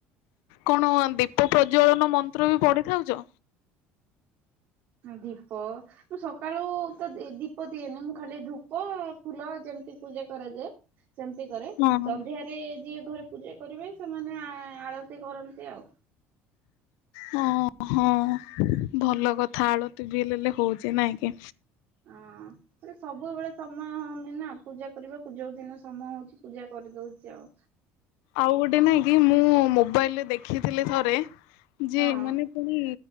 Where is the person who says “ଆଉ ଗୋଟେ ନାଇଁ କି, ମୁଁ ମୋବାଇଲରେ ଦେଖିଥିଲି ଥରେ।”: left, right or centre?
Left